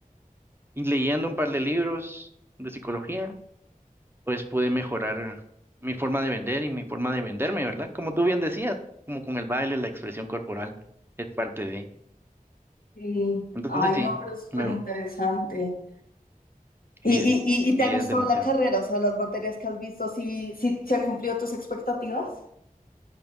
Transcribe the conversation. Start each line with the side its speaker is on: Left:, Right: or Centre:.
Right: y leyendo un par de libros de psicología. pues pude mejorar mi forma de vender y mi forma de venderme, ¿verdad? Como tú bien decías, como con el baile, la expresión corporal es parte de.
Left: Sí.
Right: Entonces
Left: Ay,
Right: sí,
Left: no, pero súper
Right: me,
Left: interesante. ¿Y,
Right: eh,
Left: y, y y
Right: sí
Left: te ha gustado
Right: es demasiado.
Left: la carrera? O sea, las materias que has visto, ¿sí, sí se han cumplido tus expectativas?